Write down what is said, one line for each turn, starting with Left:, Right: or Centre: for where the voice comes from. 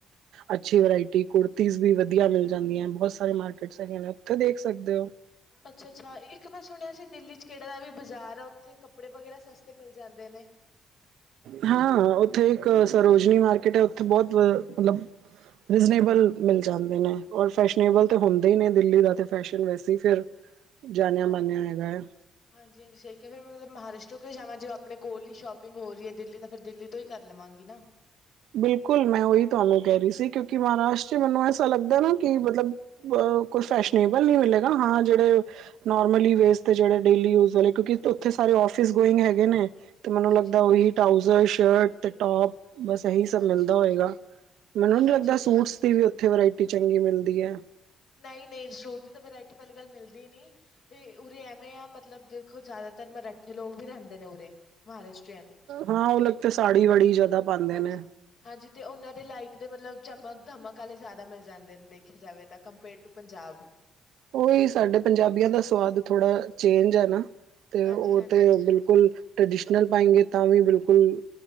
Right: ਅੱਛੀ ਵਰਾਇਟੀ ਕੁੁਰਤੀਸ ਵੀ ਵਧੀਆ ਮਿਲ ਜਾਂਦੀਆਂ, ਬਹੁਤ ਸਾਰੇ ਮਾਰਕੀਟ ਹੈਗੀਆਂ ਨੇ ਉੱਥੇ ਦੇ ਦੇਖ ਸਕਦੇ ਹੋ।
Left: ਅੱਛਾ ਅੱਛਾ, ਇੱਕ ਮੈਂ ਸੁਣਿਆ ਸੀ ਦਿੱਲੀ ਚ ਕਿਹੜਾ ਦਾ ਵੀ ਬਾਜ਼ਾਰ ਆ, ਉੱਥੇ ਕੱਪੜੇ ਵਗੈਰਾ ਸਸਤੇ ਮਿਲ ਜਾਂਦੇ ਨੇ।
Right: ਹਾਂ, ਉੱਥੇ ਇੱਕ ਸਰੋਜਨੀ ਮਾਰਕੀਟ ਹੈ, ਉੱਥੇ ਬਹੁਤ ਮਤਲਬ ਰੀਜ਼ਨੇਬਲ ਮਿਲ ਜਾਂਦੇ ਨੇ, ਔਰ ਫੈਸ਼ਨੇਬਲ ਤਾਂ ਹੁੰਦਾ ਹੀ ਨੇ, ਦਿੱਲੀ ਦਾ ਫੈਸ਼ਨ ਵੈਸੇ ਫਿਰ ਜਾਣਿਆ
Left: ਹਾਂਜੀ
Right: ਮਾਨਿਆ ਹੈਗਾ ਹੈ
Left: ਹਾਂਜੀ ਹਾਂਜੀ, ਸਹੀ ਕਿਹਾ ਫਿਰ ਮੈਂ ਮਤਲਬ ਮਹਾਰਾਸ਼ਟਰ ਜਾਵਾਂ ਜੇ ਆਪਣੇ ਕੋਲ ਹੀ ਸ਼ੋਪ ਸੋਪਿੰਗ ਹੋ ਰਹੀਏ, ਦਿੱਲੀ ਤਾਂ ਫਿਰ ਦਿੱਲੀ ਤੋਂ ਹੀ ਕਰ ਲਵਾਂਗੀ ਨਾ।
Right: ਬਿਲਕੁਲ, ਮੈਂ ਉਹੀ ਤੁਹਾਨੂੰ ਕਹਿ ਰਹੀ ਸੀ ਕਿਉਂਕਿ ਮਹਾਰਾਸ਼ਟਰ ਚ ਮੈਨੂੰ ਐਸਾ ਲੱਗਦਾ ਨਾ ਕਿ ਮਤਲਬ ਫੈਸ਼ਨੇਬਲ ਨੀ ਮਿਲੇਗਾ ਹਾਂ, ਜਿਹੜੇ ਨੋਰਮਲੀ ਵੇਸ ਜਿਹੜੇ ਡੇਲੀ ਯੂਜ ਕਿਉਂਕਿ ਉੱਥੇ ਸਾਰੇ ਆਫਿਸ ਗੋਇੰਗ ਹੈਗੇ ਨੇ ਤੇ ਮੈਨੂੰ
Left: ਹਾਂਜੀ,
Right: ਲੱਗਦਾ, ਉਹੀ ਟਊਜ਼ਰ, ਸ਼ਰਟ ਤੇ ਟੋਪ ਬਸ ਸਹੀ ਸਭ
Left: ਹਾਂਜੀ,
Right: ਮਿਲਦਾ ਹੋਏਗਾ, ਮੈਨੂੰ
Left: ਹਾਂਜੀ-ਹਾਂਜੀ।
Right: ਨੀ ਲੱਗਦਾ ਸੂਟਸ ਦੀ ਵੀ ਉੱਥੇ ਵਰਾਇਟੀ ਚੰਗੀ ਮਿਲਦੀ ਐ।
Left: ਨਹੀਂ ਨਹੀਂ ਸੂਟ ਦੀ ਤਾਂ ਵਰਾਇਟੀ ਪਹਿਲੀ ਗੱਲ ਮਿਲਦੀ ਨਹੀਂ, ਤੇ ਉਰੇ ਐਵੇਂ ਆ ਮਤਲਬ ਦੇਖੋ ਜ਼ਿਆਦਾਤਰ ਮਰਾਠੇ ਲੋਕ ਵੀ ਰਹਿੰਦੇ ਨੇ ਉਰੇ, ਮਹਾਰਾਸ਼ਟਰ
Right: ਹਾਂ
Left: ਤੇ
Right: ਉਹ ਲੋਕ ਸਾੜੀ ਬੜੀ ਜ਼ਿਆਦਾ ਪਾਉਂਦੇ
Left: ਹਾਂਜੀ
Right: ਨੇ
Left: ਹਾਂਜੀ। ਤੇ ਉਹਨਾਂ ਦੇ ਲਾਇਕ ਦੇ ਮਤਲਬ ਚਮਕ ਧਮਕ ਵਾਲੇ ਜ਼ਿਆਦਾ ਮਿਲ ਜਾਂਦੇ ਨੇ ਦੇਖਿਆ ਜਾਵੇ ਤਾਂ ਕੰਪੇਅਰ ਟੂ ਪੰਜਾਬ।
Right: ਉਹੀ ਸਾਡੇ ਪੰਜਾਬੀਆਂ ਦਾ ਸਵਾਦ ਥੋੜਾ ਚੇਂਜ ਹੈ ਨਾ। ਤੇ
Left: ਹਾਂਜੀ
Right: ਉਹ
Left: ਹਾਂਜੀ
Right: ਤੇ ਬਿਲਕੁਲ ਟ੍ਰਡੀਸ਼ਨਲ ਪਾਏਗੇ। ਤਾਂ ਵੀ ਬਿਲਕੁਲ